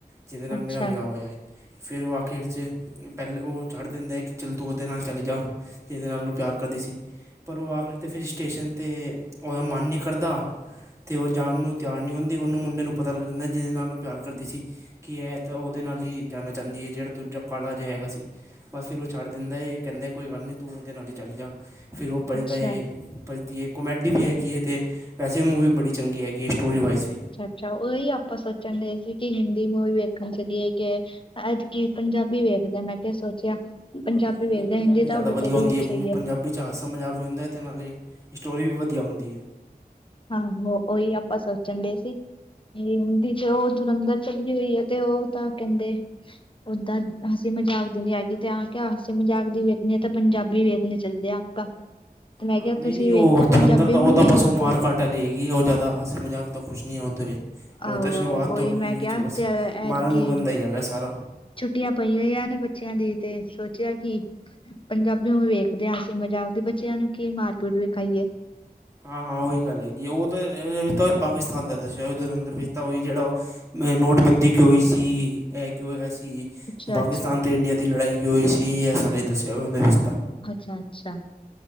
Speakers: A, on the right; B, on the left.
A: ਜਿਹਦੇ ਨਾਲ
B: ਅੱਛਾ
A: ਮੇਰਾ ਵਿਆਹ ਹੋਇਆ ਹੈ। ਫੇਰ ਉਹ ਆਖਿਰ 'ਚ, ਪਹਿਲੇ ਉਹ ਛੱਡ ਦਿੰਦਾ ਕਿ ਚੱਲ ਤੂੰ ਔਦੇ ਨਾਲ ਚਲੀ ਜਾ। ਜਿਹਦੇ ਨਾਲ ਉਹ ਪਿਆਰ ਕਰਦੀ ਸੀ। ਪਰ ਉਹ ਆਖਰੀ ਤੇ ਫਿਰ ਸਟੇਸ਼ਨ ਤੇ, ਉਹਦਾ ਮਨ ਨਹੀਂ ਕਰਦਾ। ਤੇ ਉਹ ਜਾਣ ਨੂੰ ਤਿਆਰ ਨਹੀਂ ਹੁੰਦੀ, ਉਹਨੂੰ ਮੁੰਡੇ ਨੂੰ ਪਤਾ ਲੱਗ ਜਾਂਦਾ ਜਿਹਦੇ ਨਾਲ ਉਹ ਪਿਆਰ ਕਰਦੀ ਸੀ। ਕੀ ਐ ਤਾਂ ਉਹਦੇ ਨਾਲ ਹੀ ਜਾਣਾ ਚਾਹੁੰਦੀ ਹੈ। ਜਿਹੜਾ ਦੂਜਾ ਕਾਲਾ ਜਿਹਾ ਹੈਗਾ ਸੀ, ਬਸ ਫਿਰ ਉਹ ਛੱਡ ਦਿੰਦਾ ਏ ਕਹਿੰਦਾ ਕੋਈ ਗੱਲ ਨਹੀਂ ਤੂੰ ਉਹਦੇ ਨਾਲ ਹੀ ਚਲੀ ਜਾ। ਫਿਰ ਉਹ ਭਜਦਾ
B: ਅੱਛਾ
A: ਏ
B: ਅੱਛਾ
A: ਭਜਦੀ ਹੈ, ਕੋਮੇਡੀ ਵੀ ਹੈਗੀ ਹੈ, ਤੇ ਵੈਸੇ ਮੂਵੀ ਬੜੀ ਚੰਗੀ ਹੈਗੀ ਹੈ ਸਟੋਰੀ ਵਾਈਜ਼ ਵੀ।
B: ਅੱਛਾ, ਉਹੀ ਆਪਾਂ ਸੋਚਣ ਦੇਹ ਸੀ ਕਿ ਹਿੰਦੀ ਮੂਵੀ ਵੇਖਣ ਚਲੀਏ ਕਿ ਐਤ ਕੀ ਪੰਜਾਬੀ ਵੇਖਦੇ ਹਾਂ, ਮੈਂ ਕਿਹਾ ਸੋਚਿਆ ਪੰਜਾਬੀ
A: ਹਾਂਜੀ -ਹਾਂਜੀ, ਨਹੀਂ
B: ਵੇਖਦੇ
A: ਪੰਜਾਬੀ
B: ਹਿੰਦੀ
A: ਜ਼ਿਆਦਾ
B: ਤਾਂ ਬਥੇਰੀ
A: ਵਧੀਆ ਹੁੰਦੀ
B: ਵੇਖੀ
A: ਹੈ ਮੂਵੀ
B: ਹੋਈ
A: ਪੰਜਾਬੀ ਝਾਸਾ -ਮਜ਼ਾਕ ਹੁੰਦਾ ਹੈ, ਤੇ ਨਾਲੇ ਸਟੋਰੀ ਵੀ ਵਧੀਆ ਹੁੰਦੀ ਹੈ।
B: ਆਹੋ, ਉਹੀ ਆਪਾਂ ਸੋਚਣ ਡਏ ਸੀ, ਇਹ ਹਿੰਦੀ ਤੇ ਉਹ ਦੁਰੰਧਰ ਚੱਲੀ ਹੋਈ ਏ, ਤੇ ਉਹ ਤਾਂ ਕਹਿੰਦੇ ਓਦਾਂ ਹਸੀ ਮਜ਼ਾਕ ਦੀ ਨੀ ਹੈਗੀ ਤੇ ਆ ਕਿਹਾ ਹਸੀ ਮਜ਼ਾਕ ਦੀ ਵੇਖਣੀ ਆ ਤਾਂ ਪੰਜਾਬੀ ਵੇਖਣੀ ਚੱਲਦੇ ਆ ਆਪਾਂ ਮੈਂ
A: ਹਾਂ
B: ਕਿਹਾ
A: ਨਹੀਂ
B: ਤੁਸੀਂ
A: ਨਹੀਂ
B: ਵੇਖਤੇ
A: ਉਹ
B: ਪੰਜਾਬੀ
A: ਜਲੰਧਰ ਦਾ ਉਹ
B: ਮੂਵੀ ਤੇ
A: ਤਾਂ ਲੈ ਗਈ, ਉਹ ਜ਼ਿਆਦਾ ਹਾਸੇ ਮਜ਼ਾਕ ਤਾਂ ਕੁਛ ਨਹੀਂ ਉਹਦੇ ਵਿੱਚ ਉਹ
B: ਆਹੋ
A: ਤਾਂ ਸ਼ੁਰੂਆਤ
B: ਆਹੋ
A: ਤੋਂ
B: ਉਹੀ
A: ਅਖੀਰ
B: ਮੈਂ ਕਿਹਾ
A: ਵਿੱਚ, ਬਸ
B: ਤੇ ਐਤਕੀ
A: ਮਾਰਨ ਮੁਰਨ ਦਾ ਹੀ ਹੈਗਾ ਸਾਰਾ
B: ਛੁੱਟੀਆਂ ਪਈ ਹੋਈਆਂ ਨੇ ਬੱਚਿਆਂ ਦੀ, ਤੇ ਸੋਚਿਆ ਕਿ ਪੰਜਾਬੀ ਮੂਵੀ ਵੇਖਦੇ ਹਾਂ ਹਸੀ ਮਜ਼ਾਕ, ਬੱਚਿਆਂ ਨੂੰ ਕੀ ਮਾਰਪੀਟ ਵਿਖਾਈਏ
A: ਹਾਂ, ਹਾਂ ਉਹੀ ਗੱਲ ਹੈਗੀ ਏ, ਉਹ ਤਾਂ ਉਹਦੇ ਵਿੱਚ ਤਾਂ ਪਾਕਿਸਤਾਨ ਦਾ ਦੱਸਿਆ ਦੁਰੰਧਰ ਵਿੱਚ ਤਾਂ ਉਹੀ ਜਿਹੜਾ ਉਹ ਐ ਨੋਟਬੰਦੀ ਕਿਉਂ ਹੋਈ ਸੀ, ਇਹ ਕਿਉਂ ਹੋਇਆ ਸੀ ਕਿ,
B: ਅੱਛਾ
A: ਪਾਕਿਸਤਾਨ
B: ਅੱਛਾ
A: ਤੇ ਇੰਡੀਆ ਦੀ ਲੜਾਈ ਕੀ ਹੋਈ ਸੀ, ਇਹ ਸਾਰੇ ਦੱਸਿਆ ਉਹਦੇ ਵਿੱਚ ਤਾਂ
B: ਅੱਛਾ, ਅੱਛਾ